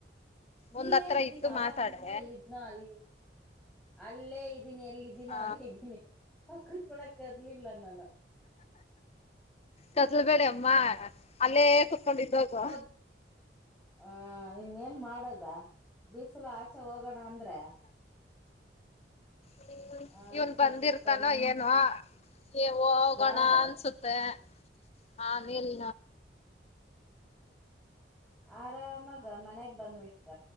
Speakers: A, on the left; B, in the centre.
A: ಒಂದ್
B: ಇಲ್ಲೇ
A: ಹತ್ರ
B: ಇದೀನಿ
A: ಇತ್ತು
B: ಅವಾಗ
A: ಮಾತಾಡೆ
B: ನಿಂದ ಇಲ್ಲಿದ್ನ ಅಲ್ಲಿ ಅಲ್ಲೇ ಇದ್ದೀನಿ ಎಲ್ಲಿದ್ದೀನ
A: ಆ
B: ಅಲ್ಲೇ ಇದ್ದೀನಿ ಪಕ್ಕಕ್ ಕೂಡ ಕದಲಿಲ್ಲ ನಾನ
A: ಕದ್ಲಬೇಡಿ ಅಮ್ಮ
B: ಹಾ
A: ಅಲ್ಲೇ ಕುತ್ಕೊಂಡಿದ್ದೋಗು
B: ಕದ ಆ ಇನ್ನೇನ್ ಮಾಡದು ಬಿಸಿಲು ಆಚೆ ಹೋಗೋಣ ಅಂದ್ರೆ
A: ಹ್ಮ
B: ಅದಕ್ಕೆ
A: ಇವ್ನ್ ಬಂದಿರ್ತಾನೋ
B: ಕುತ್ಕೊಂಡ್
A: ಏನ ನೀವು ಹೋಗೋಣ
B: ಯಾರ
A: ಅನ್ಸುತ್ತೆ ಹಾ ಮೇಲ್
B: ಆರಾಮಾಗ ಮನ್ಯಾಗ ಬಂದ್ವಿಟ್ಟ